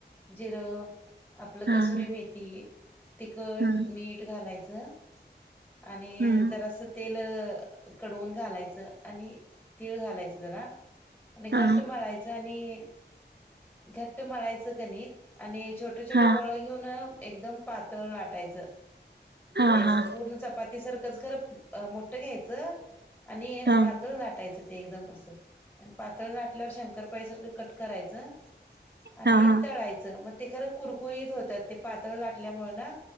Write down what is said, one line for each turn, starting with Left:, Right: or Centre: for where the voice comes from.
Centre: जिर आपलं
Right: हा
Centre: कसुरी
Right: हा
Centre: मेथी तिखट,
Right: हम्म
Centre: मीठ घालायचं आणि
Right: हम्म
Centre: अस तेल कडवून घालायचं आणि तिळ घालायचं जरा आणि घट्ट
Right: हा
Centre: मळायचं आणि घट्ट मळायचं कणिक आणि छोट छोट छोटं
Right: हा
Centre: गोळ घेऊन एकदम पातळ लाटायचं.
Right: हा
Centre: ते असं
Right: हा
Centre: पूर्ण चपाती सारखंच खर अ मोठं घ्यायचं आणि
Right: हा
Centre: पातळ लाटायचं ते एकदम असं आणि पातळ लाटल्यावर शंकरपाळ्यासारखं कट करायचं. आणि
Right: हा हा
Centre: तळायचं मग ते खरं कुरकुरीत होत्यात. ते पातळ लाटल्यामुळे न